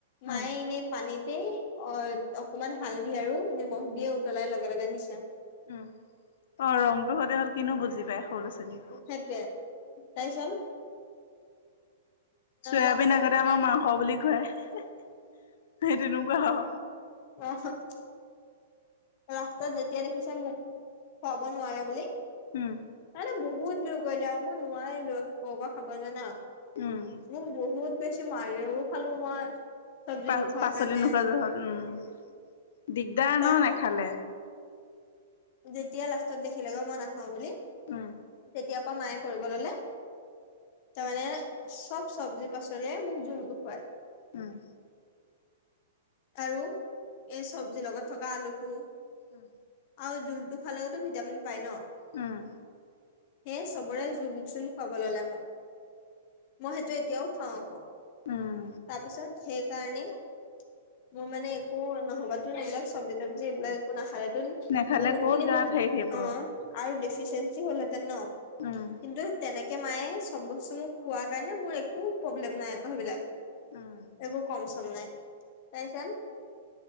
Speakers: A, on the left (about 45°); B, on the left (about 65°).
A: মায়ে
B: উম
A: এনেই পানীতে অত অকনমান হালধি আৰু নিমখ দিয়ে উতলাৰ লগে লগে দিছে।
B: উম অ ৰংটো সতে হ'ল কিনো বুজি পায় সৰু লৰা ছোৱালী
A: সেটোৱে তাইছন
B: চয়াবিন
A: লাষ্টত
B: আগতে
A: যেতিয়া
B: আমাৰ মাংস বুলি খুৱায়, সেই তেনেকুৱা হ-
A: এয়া‌ চাক', ৰাস্তাত যেতিয়া দেখিছে মোক, খোৱাব নোৱাৰে বুলি',
B: উম',
A: আৰু বহুত জোৰ কৰিলে আৰু মই নোৱাৰিলোঁ ক'ৰ পৰা খাব জানা',
B: উম',
A: মোক বহুত বেছি মাৰিও খালোঁ মই', চব্জি
B: পা',
A: নোখোৱাৰ
B: - পাচলি
A: কাৰণে
B: নোখোৱা জহত উম', দিগদাৰ
A: তাৰ
B: ন নেখালে',
A: যেতিয়া লাষ্টত দেখিলে গৈ মই নাখাওঁ বুলি',
B: উম',
A: তেতিয়া পৰা মায়ে কৰিব ল'লে ', তাৰ মানে চব চব্জি-পাচলিৰ মোক জোলটো খুৱাই',
B: উম',
A: আৰু, এই চব্জিৰ লগত থকা আলুটো',
B: উম',
A: আৰু জোলটো খালেওতো ভিটামিন পায় ন',
B: উম',
A: সে চবৰে জোল-জোল খুৱাব ল'লে মোক, মই সেইটো এতিয়াও খায় আকৌ',
B: উম
A: তাৰপিছত সেইকাৰণেই', মোৰ মানে একো নহ'বা চোন এইবিলাক চব্জি- তবজি এইবিলাক একো নাখালেতো',
B: নেখালে
A: বহুত
B: ক'ত
A: খিনি
B: গাত
A: মোৰ
B: হেৰি থাকিব
A: অ', - আৰু ডেফিচিয়েঞ্চি হলহেঁতেন ন
B: উম
A: কিন্তু তেনেকে', তাকে মায়ে চব বস্তু মোক খোৱা কাৰণে মোৰ একো প্ৰব্লেম নাই আকৌ সেইবিলাক',
B: উম
A: একো কম- চম নাই, পাইছা',